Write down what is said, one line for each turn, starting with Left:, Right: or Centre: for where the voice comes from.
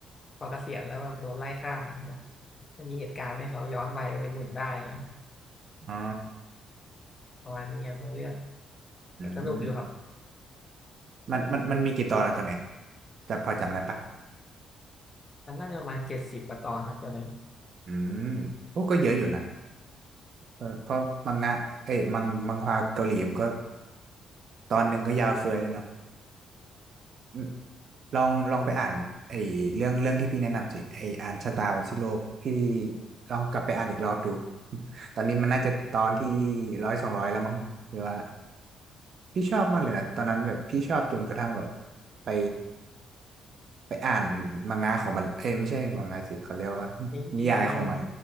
Left: พอเกษียณแล้วแบบโดนไล่ฆ่านะครับก็มีเหตุการณ์ให้เขาย้อนวัยไปเป็นหนุ่มได้นะครับ
Right: อ๋อ
Left: ประมาณนี้ครับในเรื่องแต่สนุกอยู่ครับ
Right: อืมมันมันมันมีกี่ตอนแล้วตอนเนี้ยจะพอจำได้ปะ
Left: มันน่าจะประมาณเจ็ดสิบกว่าตอนครับตอนนี้
Right: อืมโอ้ก็เยอะอยู่นะเพราะเพราะมังงะเอ้ยมังมังฮวาเกาหลีมันก็ตอนหนึ่งก็ยาวเฟือยเลยเนาะอืมลองลองไปอ่านไอ้เรื่องเรื่องที่พี่แนะนำสิไอ้อ่านชะตาวันสิ้นโลกพี่ลองกลับไปอ่านอีกรอบดูตอนนี้มันน่าจะตอนที่ร้อยสองร้อยแล้วมั้งหรือว่า พี่ชอบมากเลยนะตอนนั้นแบบพี่ชอบจนกระทั่งแบบไปไปอ่านมังงะของมันเอ้ยไม่ใช่มังงะสิเขาเรียกว่า
Left: นี่นิยายมา
Right: นิยายของมัน